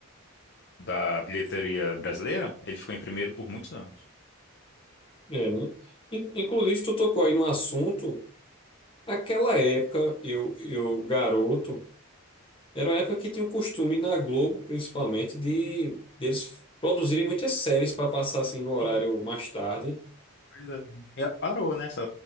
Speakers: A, on the left (about 50°); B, on the left (about 25°).
A: da bilheteria brasileira. Ele ficou em primeiro por muitos anos.
B: é, né? In- Inclusive, tu tocou aí no assunto. Aquela época, eu, eu garoto, era uma época que tinha o costume na Globo, principalmente, de deles produzirem muitas séries para passar assim no horário
A: Sim.
B: mais tarde.
A: Pois é. E parou, né? essa-